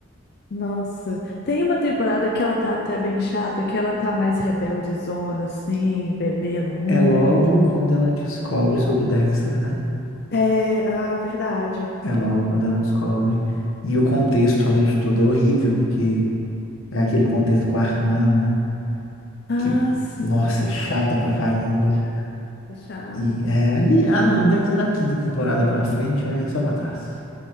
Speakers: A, on the left; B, on the left.
A: Nossa, tem uma temporada que ela tá até bem chata, que ela tá mais rebeldezona, assim, bebendo muito.
B: É logo quando ela descobre sobre o Dexter, né?
A: É, ah, verdade.
B: É logo quando ela descobre. E o contexto, além de tudo, é horrível, porque é aquele contexto com a Hannah,
A: Ah,
B: que,
A: sim.
B: nossa, é chata pra caramba.
A: Chata, chata.
B: E é ali, ah não, o Dexter da quinta temporada pra frente é só pra trás.